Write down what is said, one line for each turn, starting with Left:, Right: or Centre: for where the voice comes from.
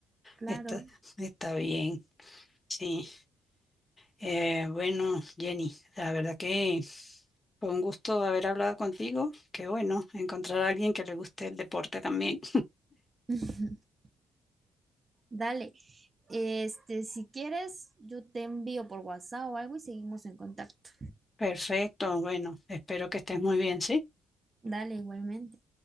Right: claro.
Left: Está, está bien, sí. Eh, bueno, Jenny, la verdad que fue un gusto haber hablado contigo. Qué bueno encontrar a alguien que le guste el deporte también.
Right: <laughs> Dale, este, si quieres, yo te envío por WhatsApp o algo y seguimos en contacto.
Left: Perfecto, bueno, espero que estés muy bien, ¿sí?
Right: Dale, igualmente.